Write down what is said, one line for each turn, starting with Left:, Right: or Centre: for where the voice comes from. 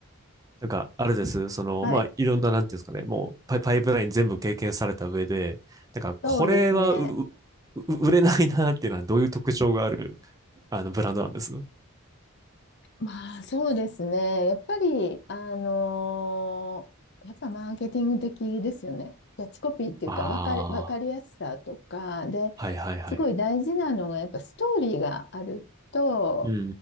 Right: なんか、あれです。その、
Left: はい、
Right: まあ、いろんな、なんていうんですかね、もうパイ、パイプライン全部経験された上で、なんか、これはう、
Left: そうですね。
Right: う売れないなっていうのはどういう特徴がある、あの、ブランドなんです
Left: まあそうですね。やっぱり、あのーやっぱマーケティング的ですよね。キャッチコピーっていうか、
Right: ああ
Left: わかり、わかりやすさとか、で、
Right: ー、はいはいはい。
Left: すごい大事なのが、やっぱストーリーがあると、
Right: うんう